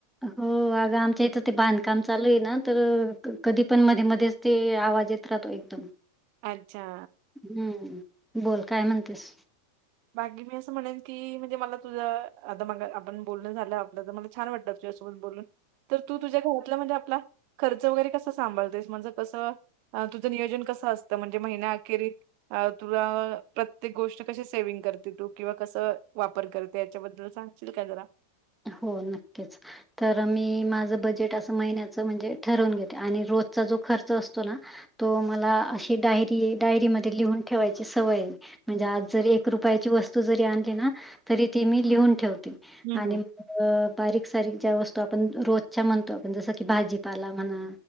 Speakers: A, in the centre; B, on the right.
A: हो अग आमच्या इथं ते बांधकाम चालू आहे ना तर कधी पण मध्ये मध्येच. ते आवाज येत राहतो एकदम.
B: अच्छा.
A: हम्म बोल काय म्हणतेस?
B: बाकी मी असं म्हणेन की म्हणजे मला तुझं आता मगा आपण बोलणं झालं आपलं तर मला छान वाटलं तुझ्यासोबत बोलून, तर तू तुझ्या घरातला म्हणजे आपला खर्च वगैरे कसं सांभाळतेस, म्हणजे कसं तुझं नियोजन कसं असतं म्हणजे महिन्याअखेरी अ तुला प्रत्येक गोष्ट कशी स सेविंग करते तू किंवा कसं वापर करते, याच्याबद्दल सांगशील का जरा?
A: हो नक्कीच. तर मी माझं बजेट असं महिन्याच म्हणजे ठरवून घेते, आणि रोजचा जो खर्च असतो ना तो मला अशी डायरी ये डायरीमध्ये लिहून ठेवायची सवय ये. म्हणजे आज जरी एक रुपयाची वस्तू जरी आणली ना तरी ती मी लिहून ठेवते,
B: हं.
A: आणि अ बारीक, सारीक ज्या वस्तू आपण रोजच्या म्हणतो आपण जसं की भाजीपाला म्हणा